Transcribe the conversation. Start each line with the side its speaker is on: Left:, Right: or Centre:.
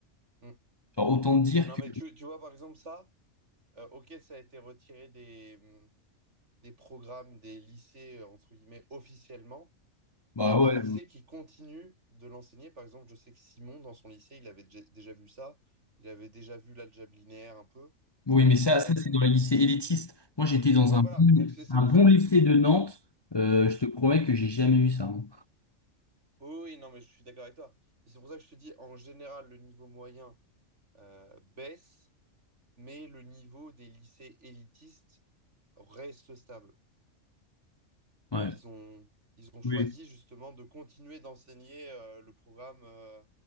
Right: oui. mm.
Left: Genre, autant te dire
Right: Non
Left: que,
Right: mais tu, tu vois par exemple ça, euh, ok ça a été retiré des, mm, des programmes des lycées euh, entre guillemets officiellement,
Left: bah
Right: Mais il y a des
Left: ouais.
Right: lycées qui continuent de l'enseigner. Par exemple, je sais que Simon, dans son lycée, il avait dé- déjà vu ça. Il avait déjà vu l'algèbre linéaire un peu.
Left: Oui, mais ça,
Right: Euh,
Left: ça
Right: donc,
Left: c'est dans les lycées élitistes. Moi, j'étais dans
Right: ouais,
Left: un
Right: voilà.
Left: bon,
Right: Donc, c'est c'est
Left: un
Right: pour
Left: bon
Right: ça que
Left: lycée
Right: je dis.
Left: de Nantes. Euh, je te promets que j'ai jamais vu ça. hein.
Right: Oh oui, non, mais je suis d'accord avec toi. Et C'est pour ça que je te dis, en général, le niveau moyen euh, baisse, mais le niveau des lycées élitistes reste stable.
Left: Ouais.
Right: Ils ont, ils ont choisi
Left: Oui.
Right: justement de continuer d'enseigner euh, le programme. euh,